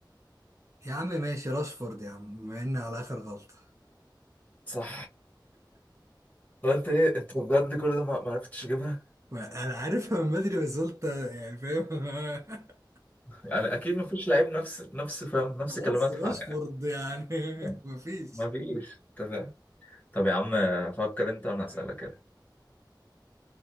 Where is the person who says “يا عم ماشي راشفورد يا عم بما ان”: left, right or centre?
Right